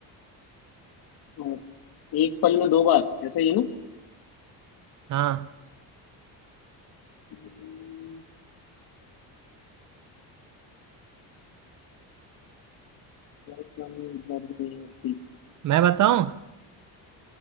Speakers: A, on the left (about 55°); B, on the right (about 45°).
A: और एक पल में दो बार ऐसा ही है ना
B: हाँ
A: हम्म, बहुत सारी एक बार में नहीं आती
B: मैं बताऊं